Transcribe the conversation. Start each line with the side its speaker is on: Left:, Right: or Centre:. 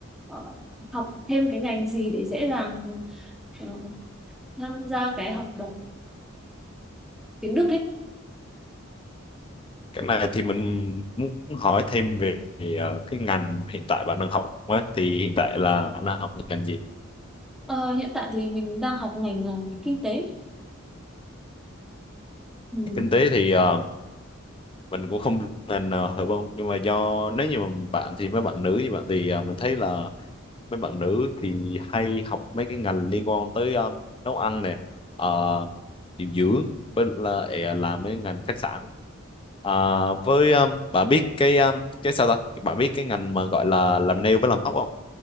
Centre: ờ, học thêm cái ngành gì để dễ dàng ờ, tham gia cái học bổng tiếng Đức ấy
Left: cái này thì mình muốn hỏi thêm về ờ, cái ngành hiện tại bạn đang học á thì hiện tại là bạn đang học ngành gì
Centre: Ờ, hiện tại thì mình đang học ngành là ngành kinh tế ừ.
Left: kinh tế thì ờ, mình cũng không biết ngành nào hợp không nhưng mà do nếu như mà bạn thì mấy bạn nữ như bạn thì ờ, mình thấy là mấy bạn nữ thì hay học mấy cái ngành liên quan tới ờ, nấu ăn nè ờ, điều dưỡng với lại là, làm mấy ngành khách sạn À, với um, bạn biết cái um, cái sao ta bạn biết cái ngành mà gọi là làm nail với làm tóc không